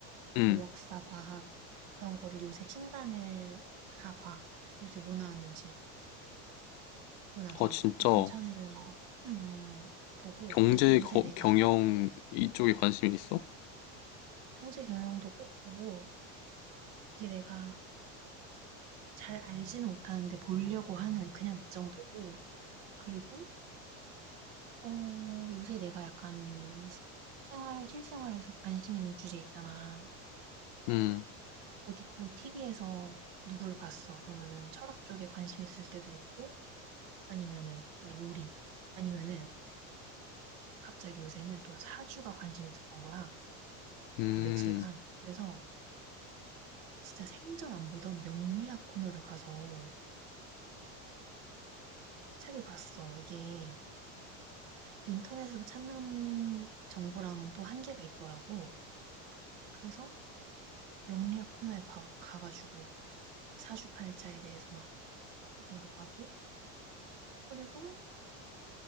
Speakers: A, on the left; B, on the right.
A: 응.
B: 뭐 역사, 과학 그런 거를 요새 신간을 다 봐. 요새 뭐 나왔는지. 그러고 나서
A: 아, 진짜.
B: 뭐 괜찮으면은 음, 보고
A: 경제,
B: 그리고 요새
A: 거-
B: 내가
A: 경영 이쪽에 관심이 있어?
B: 형제 경영도 꼭 보고 이게 내가 잘 알지는 못하는데 보려고 하는 그냥 그 정도고 그리고 어, 요새 내가 약간 생활 실생활에서 관심 있는 주제 있잖아.
A: 음,
B: 어디 뭐 TV에서 누구를 봤어. 그러면은 철학 쪽에 관심 있을 때도 있고 아니면은 막 요리 아니면은 갑자기 요새는 또 사주가 관심 있었던 거야.
A: 음,
B: 요 며칠간. 그래서 진짜 생전 안 보던 명리학 코너를 가서 책을 봤어. 이게 인터넷으로 찾는 정보랑은 또 한계가 있더라고. 그래서 명리학 코너에 가- 가가지고 사주팔자에 대해서 막 찾아보기도 하고, 그리고